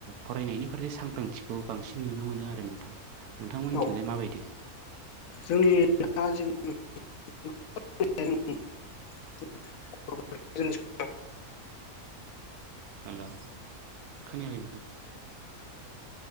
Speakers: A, on the right (about 85°); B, on the left (about 70°).
A: फरायनायनि फारसे सांग्रांथिखौ बांसिन नुनो मोनो आरो नोंथां। नोंथांमोननिथिंजाय
B: औ
A: माबायदि?
B: जोंनि <unintelligible> <unintelligible>
A: हेल' खोनायाखै नोंथां